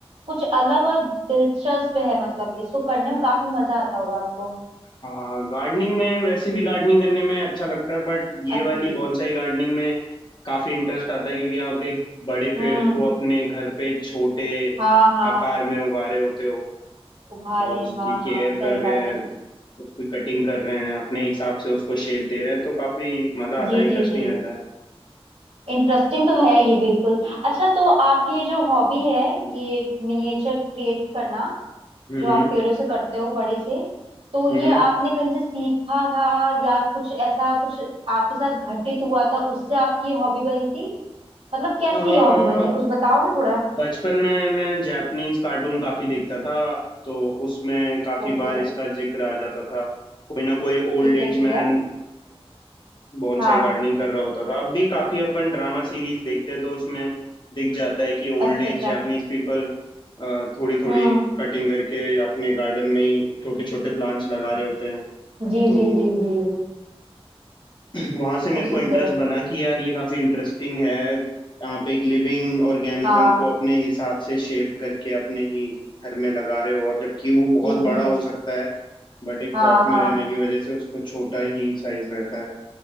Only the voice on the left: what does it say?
हाँ गार्डनिंग में वैसे भी गार्डनिंग करने में अच्छा लगता है बट ये
वाली
बॉन्साई गार्डनिंग में काफी इंटरेस्ट आता है क्योंकि आप एक बड़े
पेड़ को अपने घर पे छोटे
आकार में उगा रहे होते हो
और उसकी
केयर
कर रहे
हैं
उसकी कटिंग कर रहे हैं अपने हिसाब से उसको शेप दे रहे हैं तो काफी मजा आता
है इंटरेस्टिंग
रहता है
हम्म
हम्म
हम्म
बचपन में मैं जापानीज कार्टून काफी देखता था तो उसमें काफी
बार इसका जिक्र आ जाता था कोई ना कोई old
age
man
bonsai
gardening कर रहा होता था अब भी काफी अपन ड्रामा सीरीज देखते हैं तो उसमें दिख जाता है कि ओल्ड
एज
जापानीज पीपल थोड़ी थोड़ी
कटिंग करके अपने गार्डन में ही छोटे छोटे प्लांट्स लगा रहे होते हैं
तो
<clears throat> वहां से मेरे
को
इंटरेस्ट बना कि यार ये काफी इंटरेस्टिंग है आप एक लिविंग ऑर्गेनिज्म
को अपने हिसाब से शेप करके अपने ही घर में लगा रहे हो और जबकि वो बहुत
बड़ा
हो सकता है बट एक
पॉट
में रहने की वजह से उसको छोटा ही साइज रहता है